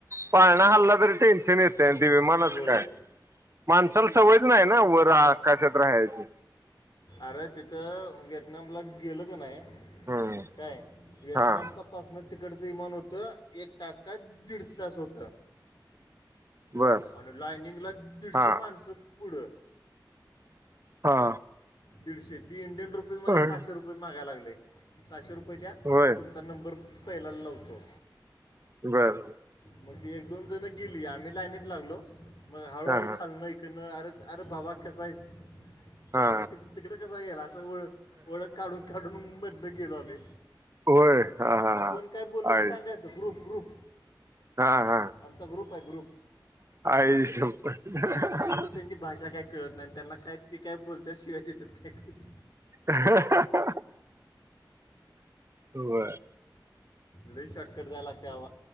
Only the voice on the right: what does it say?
पाळणा हल्ला तरी टेन्शन येते दिव्यमानच
काय
माणसाला सवज नाही आहे ना व रा कशात राहायची
हम्म
हा
बर
हा
हा
होय
होय
बरंर
हा हा
हा
होय हा हा हा
आईस
हा हा
आईसपथ
ह हो